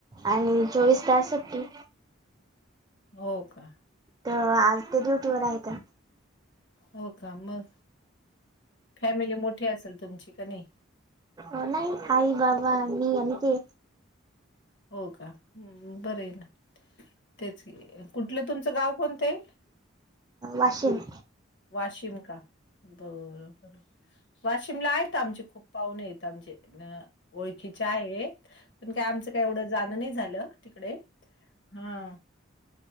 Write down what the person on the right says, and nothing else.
आणि चोवीस तास सुट्टी.
तर आज ते ड्युटीवर आहेत.
अं नाही आई बाबा मी आणि हे.
वाशिम.